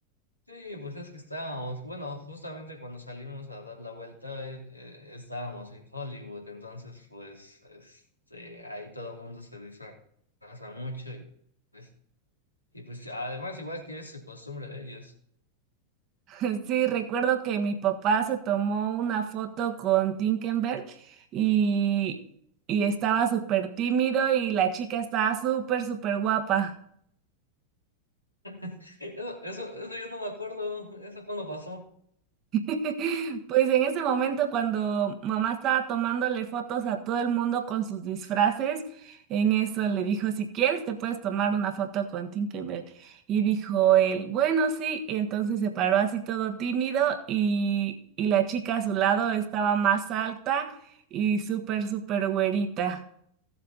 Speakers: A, on the left; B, on the right.
A: Sí, pues es que estábamos, bueno, justamente cuando salimos a dar la vuelta, eh, eh, estábamos en Hollywood, entonces pues este, ahí todo el mundo se disfraza mucho y pues, y pues además igual que es su costumbre de ellos.
B: <laughs> Sí, recuerdo que mi papá se tomó una foto con Tinkenberg y, y estaba súper tímido y la chica estaba súper, súper guapa.
A: <laughs> Eso, eso, eso yo no me acuerdo, ¿eso cuándo pasó?
B: <laughs> Pues en ese momento cuando mamá estaba tomándole fotos a todo el mundo con sus disfraces, en eso le dijo, si quieres te puedes tomar una foto con Tinkerbell. Y dijo él, bueno, sí. Y entonces se paró así todo tímido y, y la chica a su lado estaba más alta y súper, súper güerita.